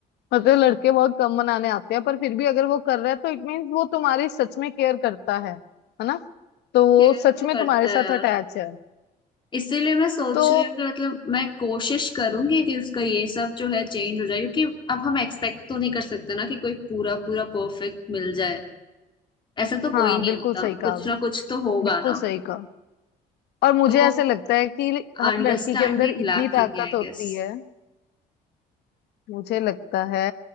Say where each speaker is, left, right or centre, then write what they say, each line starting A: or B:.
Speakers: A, on the left (about 80°); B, on the left (about 30°).
A: मतलब लड़के बहुत कम मनाने आते हैं पर फिर भी अगर वो कर रहा है तो इट मीन्स वो तुम्हारी सच में केयर करता है है ना तो वो
B: केयर
A: सच
B: तो
A: में
B: करता
A: तुम्हारे साथ
B: है यार
A: अटैच है
B: इसीलिए मैं सोच
A: तो
B: रही हूँ कि मतलब मैं कोशिश करूंगी कि उसका ये सब जो है चेंज हो जाए क्योंकि अब हम एक्सपेक्ट तो नहीं कर सकते ना कि कोई पूरा पूरा परफेक्ट मिल जाए ऐसा तो कोई
A: हाँ
B: नहीं
A: बिल्कुल
B: होता
A: सही कहा
B: कुछ ना कुछ तो होगा
A: बिल्कुल
B: ना
A: सही कहा और मुझे
B: तो
A: ऐसे लगता है कि हर
B: अंडरस्टैंडिंग
A: लड़की के अंदर इतनी
B: लैकिंग
A: ताकत
B: है आई
A: होती
B: गेस
A: है मुझे लगता है